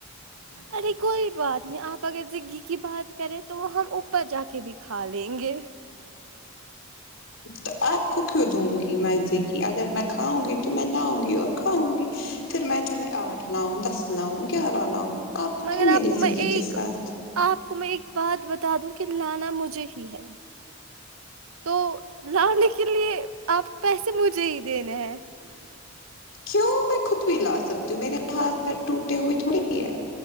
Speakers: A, on the left; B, on the right.
A: اچھا
B: ارے کوئی بات نہیں آپ اگر زگی کی بات کریں تو وہ ہم اوپر جا کے بھی کھا لیں گے
A: تو آپ کو کیوں دوں گی میں زگی اگر میں کھاؤں گی تو میں لاؤں گی اور کھاؤں گی پھر میں چاہے آٹھ لاؤں دس لاؤں گیارہ لاؤں آپ کو
B: مگر
A: کہ میری
B: آپ میں
A: <unintelligible>
B: ایک
A: کے ساتھ
B: آپ کو میں ایک بات بتا دوں کہ لانا مجھے ہی ہے تو لانے کے لیے آپ پیسے مجھے ہی دینے ہیں
A: کیوں میں خود بھی لا سکتی ہوں میرے ہاتھ پیر ٹوٹے ہوئے تھوڑی ہی ہے